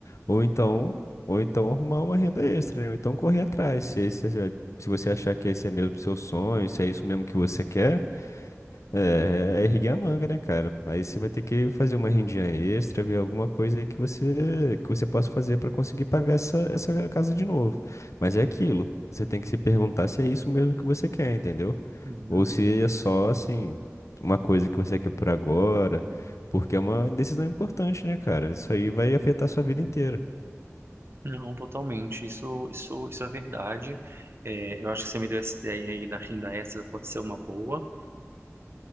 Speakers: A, on the left; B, on the right.
A: ou então, ou então arrumar uma renda extra, né? Ou então correr atrás, se esse, se você achar que esse é mesmo seu sonho, se é isso mesmo que você quer. É, é erguer a manga, né, cara? Aí você vai ter que fazer uma rendinha extra, ver alguma coisa aí que você que você possa fazer pra conseguir pagar essa, essa casa de novo. Mas é aquilo. Você tem que se perguntar se é isso mesmo que você quer, entendeu?
B: uhum.
A: Ou se é só, assim, uma coisa que você quer por agora, porque é uma decisão importante, né, cara? Isso aí vai afetar a sua vida inteira.
B: Não, totalmente. Isso, isso, isso é verdade. É, eu acho que você me deu essa ideia aí da renda extra pode ser uma boa.